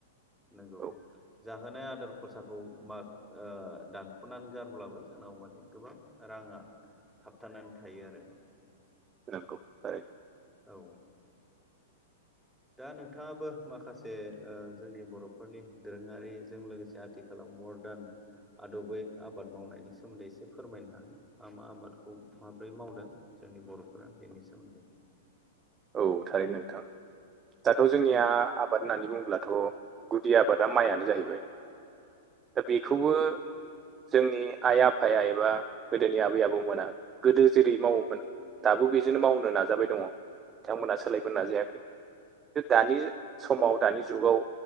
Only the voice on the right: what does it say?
औ
नंगौ थारैनो
औ थारै नोंथां दाथ' जोंनिया आबाद होननानै बुंब्लाथ गुदि आबादा माइआनो जाहैबाय दा बेखौबो जोंनि आइ आफाया एबा गोदोनि आबै आबौमोना गोदो जेरै मावोमोन दाबो बेजोंनो मावनो नाजाबाय दङ। बिथांमोना सोलायबोन नाजायाखै दानि समाव दानि जुगाव